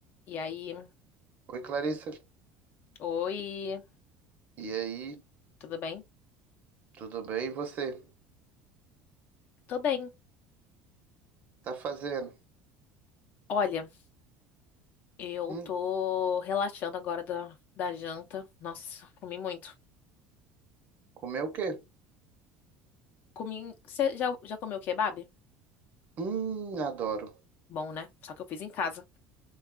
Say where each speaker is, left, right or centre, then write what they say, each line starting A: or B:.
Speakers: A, on the left; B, on the right.
A: E aí,
B: Oi, Clarissa.
A: oi,
B: E aí,
A: tudo bem?
B: tudo bem? E você?
A: Tô bem.
B: Tá fazendo?
A: Olha, eu
B: Hum,
A: tô relaxando agora da, da janta. Nossa, comi muito.
B: comeu o quê?
A: Comi. Você já, já comeu kebab?
B: Hum, adoro.
A: Bom, né? Só que eu fiz em casa.